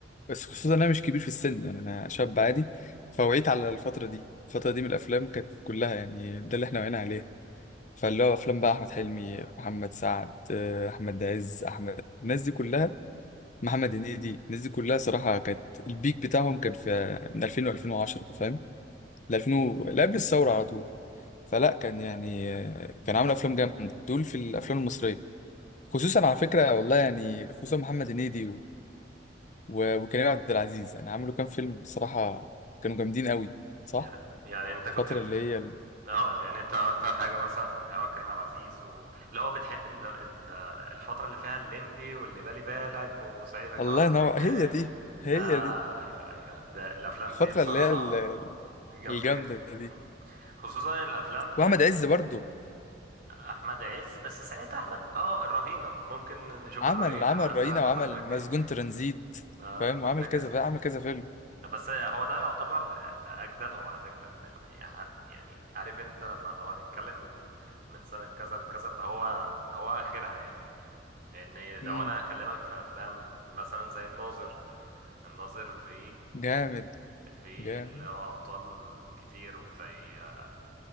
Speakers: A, on the left (about 45°); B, on the right (about 55°).
A: بس خصوصا انا مش كبير في السن يعني انا شاب عادي فوعيت على الفتره دي الفتره دي من الافلام كانت كلها يعني ده اللي احنا وعينا عليه فاللي هو افلام بقى احمد حلمي محمد سعد آه، احمد عز احمد الناس دي كلها محمد هنيدي الناس دي كلها صراحة كانت البيك بتاعهم كان في من 2000 و2010 فاهم ل 2000 و- لا قبل الثورة على طول فلا كان يعني آه، كان عامل أفلام جامدة دول في الأفلام المصرية خصوصا على فكرة والله يعني خصوصا محمد هنيدي و- و- وكريم عبد العزيز يعني عملوا كام فيلم بصراحة كانوا جامدين قوي صح
B: يعني يعني انت كنت
A: الفترة
B: بت...
A: اللي هي ال...
B: اه يعني انت اكتر حاجه مثلا اللي هو كريم عبد العزيز و... اللي هو بتحب ال... ال... الفتره اللي فيها الليمبي واللي بالي بالك وصعيدي في الجامعه
A: الله
B: الامريكيه
A: ينور هي دي هي
B: اه
A: دي
B: ايوه ايوه ده الافلام
A: الفترة
B: دي بصراحه
A: اللي هي ال-
B: جامده
A: الجامدة
B: جدا
A: دي
B: آه. خصوصا الافلام
A: وأحمد
B: يعني
A: عز برضه
B: احمد عز بس ساعتها احمد اه الرهينه ممكن نشوف
A: عمل
B: الرهينه
A: عمل
B: مثلا
A: رهينة وعمل
B: وملاك
A: مسجون ترانزيت
B: اه
A: فاهم
B: ملاك
A: وعمل كذا
B: سكرين
A: فيلم عمل كذا فيلم
B: بس هو ده يعتبر اجدادهم على فكره لان يع- يعني عارف انت لما لو هنتكلم من من سنه كذا لكذا فهو هو اخرها يعني لان لو
A: امم
B: انا هكلمك في افلام مثلا زي الناظر الناظر في
A: جامد
B: في
A: جامد
B: اللي هو ابطال كتير وزي آه،